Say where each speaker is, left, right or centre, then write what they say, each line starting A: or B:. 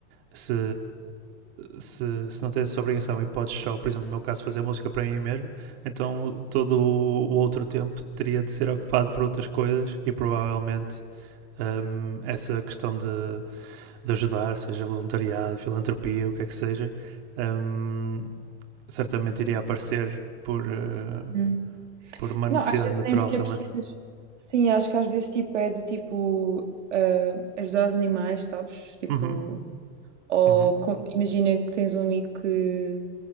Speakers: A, on the right; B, on the right.
A: se, se, se não tivesse essa obrigação e podes só, por exemplo, no meu caso, fazer música para mim mesmo, então todo o outro tempo teria de ser ocupado por outras coisas e provavelmente hum, essa questão de, de ajudar, seja voluntariado, filantropia, o que é que seja, hum, certamente iria aparecer por, uh,
B: uhum.
A: por uma necessidade
B: Não, às vezes
A: natural
B: nem sequer
A: também.
B: precisas. Sim, acho que às vezes tipo, é do tipo ah, ajudar os animais, sabes? Tipo,
A: Uhum,
B: ou
A: uhum.
B: com- imagina que tens um amigo que